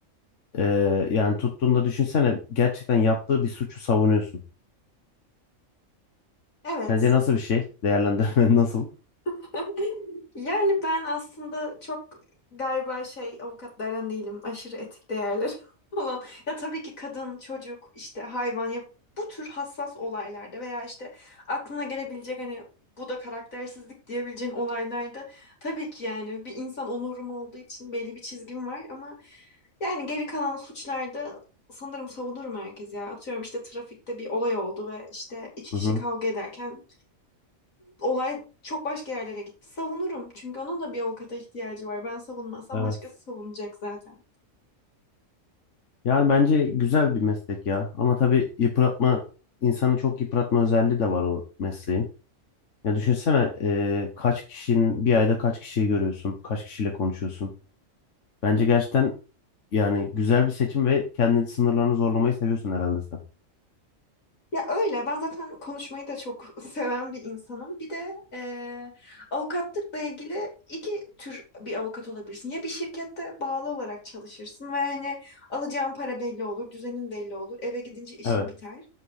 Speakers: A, on the left; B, on the left.
A: E, yani tuttuğunda düşünsene gerçekten yaptığı bir suçu savunuyorsun.
B: evet.
A: Sence nasıl bir şey? Değerlendirmen <laughs> nasıl?
B: <laughs> Yani ben aslında çok galiba şey avukatlardan değilim. Aşırı etik değerler <laughs> olan. Ya tabii ki kadın, çocuk, işte hayvan ya bu tür hassas olaylarda veya işte aklına gelebilecek hani bu da karaktersizlik diyebileceğin olaylarda tabii ki yani bir insan onurum olduğu için belli bir çizgim var ama yani geri kalan suçlarda sanırım savunurum herkes ya. Atıyorum işte trafikte bir olay oldu ve işte iki
A: Hı
B: kişi
A: hı.
B: kavga ederken olay çok başka yerlere gitti. Savunurum. Çünkü onun da bir avukata ihtiyacı var. Ben savunmazsam
A: Evet.
B: başkası savunacak zaten.
A: Yani bence güzel bir meslek ya. Ama tabii yıpratma, insanı çok yıpratma özelliği de var o mesleğin. Ya düşünsene eee, kaç kişinin bir ayda kaç kişiyi görüyorsun, kaç kişiyle konuşuyorsun. Bence gerçekten yani güzel bir seçim ve kendi sınırlarını zorlamayı seviyorsun herhalde sen.
B: Ya öyle. Ben zaten konuşmayı da çok <laughs> seven bir insanım. Bir de eee, avukatlıkla ilgili iki tür bir avukat olabilirsin. Ya bir şirkette bağlı olarak çalışırsın ve hani alacağın para belli olur, düzenin belli olur, eve gidince işin
A: Evet,
B: biter.